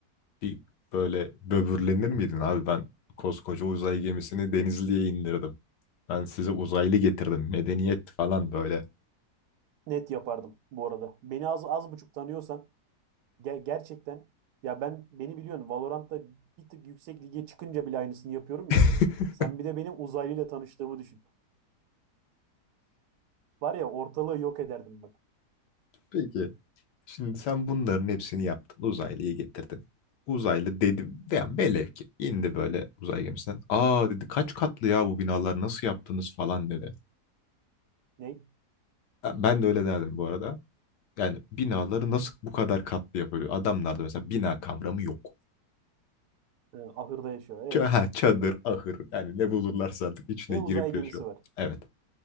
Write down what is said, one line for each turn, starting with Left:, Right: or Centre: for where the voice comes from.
Left: bir böyle böbürlenir miydin abi ben koskoca uzay gemisini Denizli'ye indirdim. Ben size uzaylı getirdim. Medeniyet falan böyle.
Right: Net yapardım bu arada. Beni az az buçuk tanıyorsan ge- gerçekten ya ben beni biliyorsun Valorant'ta bir tık yüksek lige çıkınca bile aynısını yapıyorum
Left: <laughs>
Right: ya. Sen bir de benim uzaylıyla tanıştığımı düşün. Var ya ortalığı yok ederdim bak.
Left: Peki. Şimdi sen bunların hepsini yaptın. Uzaylıyı getirdin. Uzaylı dedi. Yani velev ki indi böyle uzay gemisinden. Aa dedi kaç katlı ya bu binalar nasıl yaptınız falan dedi.
Right: Ne?
Left: Ha, Ben de öyle derdim bu arada. Yani binaları nasıl bu kadar katlı yapıyor? Adamlarda mesela bina kavramı yok.
Right: Ee, ahırda yaşıyor. Ee?
Left: Ç- ha, çadır, ahır yani ne bulurlarsa artık içine
Right: Ve
Left: girip
Right: uzay gemisi
Left: yaşıyor.
Right: var.
Left: Evet.